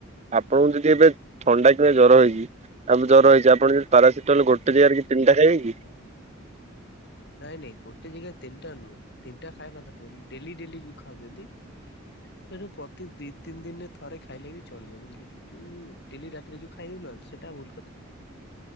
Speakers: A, on the right; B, on the left.
A: ଆପଣଙ୍କୁ ଯଦି ଏବେ ଥଣ୍ଡା କିମ୍ବା ଜର ହେଇଛି ଆମ ଜର ହେଇଛି ଆପଣ <unintelligible> ପାରାସିଟଲ ଗୋଟେ
B: ଏମତି
A: ଯାଗାରେ କି ତିନିଟା ଖାଇବେକି?
B: ହଁ ନାଇଁ ନାଇଁ ଗୋଟେ ଜାଗା ତିନଟା ନୁହେଁ ତିନିଟା ଖାଇବା କଥା କହୁନି ଡେଲି ଡେଲି ଯୋଉ ଖାଉଛନ୍ତି ସେଇଠୁ ପ୍ରତି ଦି ତିନି ଦିନରେ ଥରେ ଖାଇଲେ ବି ଚଳିବ ବୁଝିଲେ। ଯୋଉ ଡେଲି ରାତିରେ ଯୋଉ ଖାଇ ଦଉ ନାହାନ୍ତି ସେଟା ଭୁଲ କଥା।